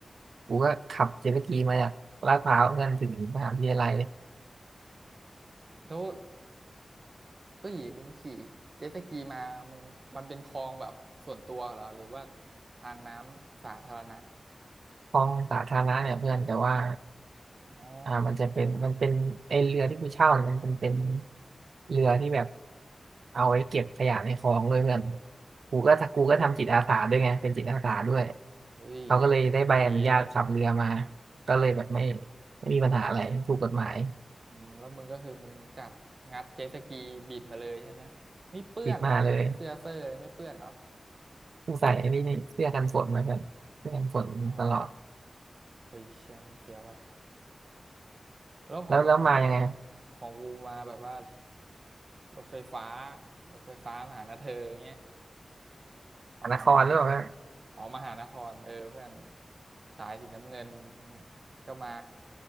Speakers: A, on the right; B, on the right.
A: กูก็ขับเจ็ตสกีมาจากลาดพร้าวเพื่อนถึงมหาวิทยาลัยเลย
B: แล้วเอ้ยมึงขี่เจ็ตสกีมามึงมันเป็นคลองแบบส่วนตัวเหรอหรือว่าทางน้ำสาธารณะ
A: คลองสาธารณะเนี่ยเพื่อนแต่ว่า
B: อ๋อ
A: อ่ามันจะเป็นมันเป็นไอเรือที่กูเช่าเนี่ยมันเป็นเป็นเรือที่แบบเอาไว้เก็บขยะในคลองเลยเพื่อนกูก็ถ้ากูก็ทำจิตอาสาด้วยไงเป็นจิตอาสาด้วย
B: โอ้เฮ้ย
A: เขาก็เลยได้ใบอนุญาตขับเรือมา
B: ดีนะเนี่ย
A: ก็เลยแบบไม่ไม่มีปัญหาอะไรถูกกฎหมาย
B: อืมแล้วมึงก็คือมึงจับงัดเจ็ตสกีบิดมาเลยใช่ไหมไม่เปื้อนเหรอเพื่อนเสื้อเซอรอเลยไม่เปื้อนเหรอ
A: บิดมาเลยกูใส่ไอ้นี่นี่เสื้อกันฝนมาเพื่อนเสื้อกันฝนตลอด
B: อ๋อเฮ้ยเชี่ยแมันเฟี้ยวว่ะ แล้วของมึงแบบแบบ
A: แล้วแล้วมายังไง
B: ของกูมาแบบว่ารถไฟฟ้ารถไฟฟ้ามาหานะเธอเงี้ย ประมาณนั้น
A: สานครหรือเปล่าฮะ
B: ออกมหานครเออเพื่อนสายสีน้ำเงินเนี่ยก็มา